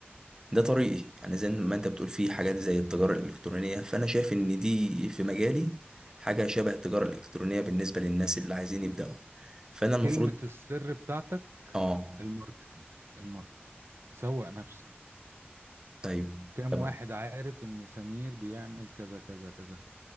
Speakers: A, on the right; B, on the right.
A: ده طريقي يعني زي ما انت بتقول فيه حاجات زي التجارة الإلكترونية فأنا شايف إن دي في مجالي حاجة شبه التجارة الإلكترونية بالنسبة للناس اللي عايزين يبدأوا فأنا المفروض
B: كلمة السر بتاعتك
A: آه
B: الماركتنج الماركتنج سوق نفسك
A: أيوه
B: كام
A: طب
B: واحد عارف ان سمير بيعمل كذا كذا كذا